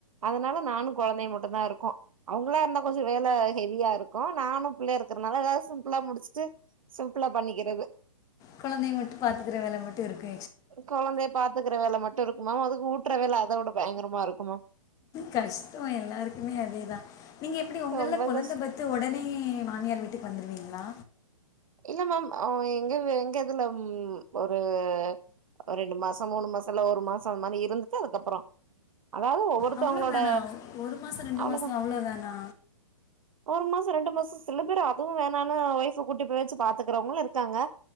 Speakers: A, on the right; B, on the left.
A: அதனால நானு கொழந்தையு மட்டு தா இருக்கோ அவங்களா இருந்தா கொஞ்சோ வேல ஹெவியா இருக்கு நானு பு ள்ளயு இருக்கிறனால ஏதாவது சிம்பிளா முடிச்சுட்டு சிம்பிள் லா பண்ணிக்கிறது
B: கொழந்தைய மட்டு பாத்திக்கற வேல மட்டு இருக்கு
A: கொழந்தைய பாத்துக்கற வேல மட்டு இருக்கு மேம் அதுக்கு ஊட்டுற வேல அத விட பயங்கரமா இருக்கு மேம்
B: கஷ்டோ எல்லாருக்குமே அதேதா நீங்க எப்டி ஒங்கள்ள
A: ரொம்ப
B: கொழந்த
A: கஷ்
B: பெ த்த ஒடனே மாமியார் வீட்டுக்கு வந்துருவீங்களா
A: இல்ல மேம் எங்க எங்க இதுல ஒரு ஒரு ரெண்டு மாசோ மூணு மாசோ இல்ல ஒரு மாசோ அது மாரி இருந்துட்டு அதுக்கப்பறோ அதாவது ஒவ்வொருத்தவங்களோட
B: அவ்வளோதானா ஒரு மாதம் ரெண்டு
A: அவ்ளோதா
B: மாதம் அவ்வளோதானா
A: ஒரு மாசோ ரெண்டு மாசோ சில பேர் அதுவு வேணான்னு ஒய்ஃப கூட்டி ப்ப வச்சு பாத்துக்கறவங்களு இருக்காங்க